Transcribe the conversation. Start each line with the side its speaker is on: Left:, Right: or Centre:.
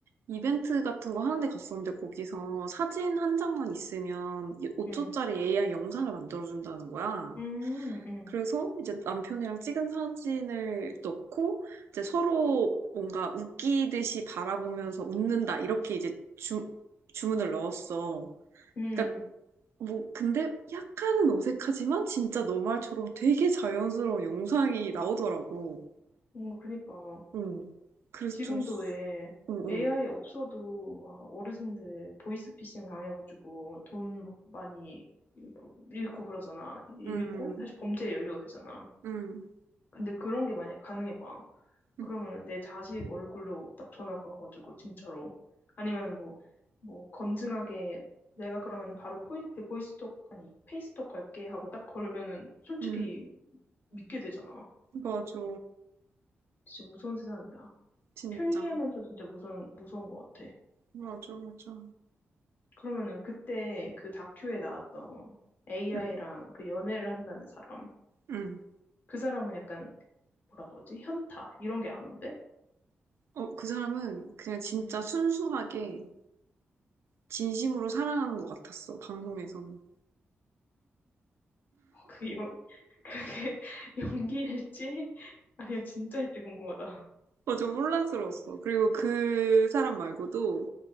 Right: 이벤트 같은 거 하는데 갔었는데 거기서 사진 한 장만 있으면 5초짜리
Left: 응.
Right: AI 영상을 만들어준다는 거야.
Left: 음, 음,
Right: 그래서 이제 남편이랑 찍은 사진을 넣고 이제 서로 뭔가 웃기듯이 바라보면서 웃는다. 이렇게 이제 주, 주문을 넣었어.
Left: 음.
Right: 그러니까 뭐, 근데 약간은 어색하지만 진짜 너 말처럼 되게 자연스러운 영상이 나오더라고.
Left: 음, 그니까.
Right: 응. 그래서
Left: 지금도
Right: 좀,
Left: 왜
Right: 응, 응.
Left: AI 없어도 막 어르신들 보이스피싱 당해가지고 돈 막 많이 뭐 잃고 그러잖아. 잃고?
Right: 응,
Left: 사실 범죄의 연료가 되잖아.
Right: 응,
Left: 근데 그런 게 만약에 가능해봐.
Right: 응,
Left: 그러면은 내 자식 얼굴로 딱 전화 걸어가지고 진짜로 아니면은 뭐 뭐 검증하게 내가 그러면은 바로 포이, 보이스톡 아니 페이스톡 걸게 하고 딱 걸면은 솔직히
Right: 응.
Left: 믿게 되잖아.
Right: 맞아.
Left: 진짜 무서운 세상이다.
Right: 진짜.
Left: 편리하면서 진짜 무서운 무서운 것 같아.
Right: 맞아, 맞아.
Left: 그러면은 그때 그 다큐에 나왔던 AI랑
Right: 응,
Left: 그 연애를 한다는 사람
Right: 응.
Left: 그 사람은 약간 뭐라 그러지 현타 이런 게 안 온대.
Right: 어, 그 사람은 그냥 진짜
Left: 음.
Right: 순수하게 진심으로 사랑하는 것 같았어, 방송에서는.
Left: <laughs> 그 영, 그게 <laughs> 연기일지 아니면 진짜일지 궁금하다.
Right: 어, 좀 혼란스러웠어. 그리고 그 사람 말고도